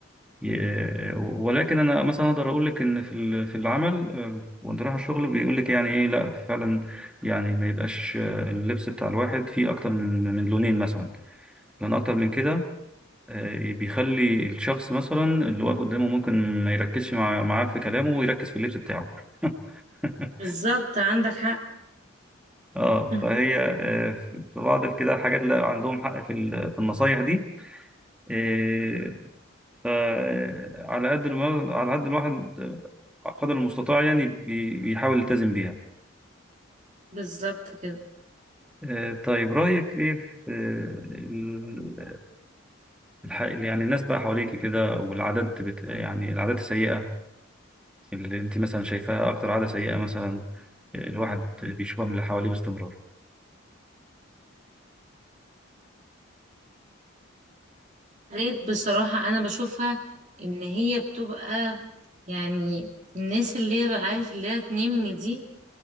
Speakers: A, in the centre; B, on the right.
A: ي- ولكن انا مثلا اقدر اقول لك ان في ال- في العمل آه، وانت رايح الشغل بيقول لك يعني ايه لا فعلا يعني ما يبقاش آه، اللبس بتاع الواحد فيه اكتر من من لونين مثلا لان اكتر من كده آه، بيخلي الشخص مثلا اللي واقف قدامه ممكن ما يركزش مع معاه في كلامه ويركز في اللبس بتاعه <laughs>
B: بالظبط عندك حق
A: اه
B: <laughs>
A: فهي آه، في بعض كده الحاجات اللي عندهم حق في ال- في النصايح دي آه، فعلى قد الوا- على قد الواحد آه، قدر المستطاع يعني بي- بيحاول يلتزم بيها
B: بالظبط كده
A: آه، طيب رأيك إيه في آه، ال- الح- يعني الناس بقى حواليك كده والعادات بت... يعني العادات السيئة اللي أنت مثلا شايفاها أكتر عادة سيئة مثلا الواحد بيشوفها من اللي حواليه باستمرار
B: لقيت بصراحة أنا بشوفها إن هي بتبقى يعني الناس اللي هي بقى عارف اللي هي تنم دي